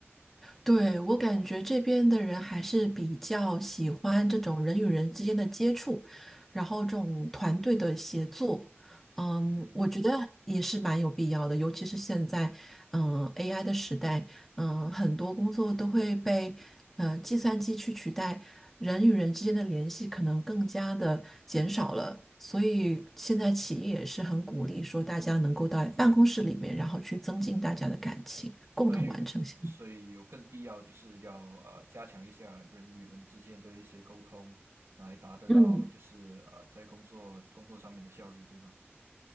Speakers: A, in the centre; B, on the right.
A: 对，我感觉这边的人还是比较喜欢这种人与人之间的接触，然后这种团队的协作，嗯，
B: 嗯。
A: 我觉得也是蛮有必要的，尤其是现在，嗯，AI 的时代，嗯，很多工作都会被呃计算机去取代，人与人之间的联系可能更加的减少了，所以现在企业也是很鼓励说大家能够到办公室里面，然后去增进大家的感情，共同完成项目。
B: 所以所以有更必要就是要呃加强一下人与人之间的一些沟通，来达得到就是呃在工作工作上面的效率，
A: 嗯。
B: 对吧？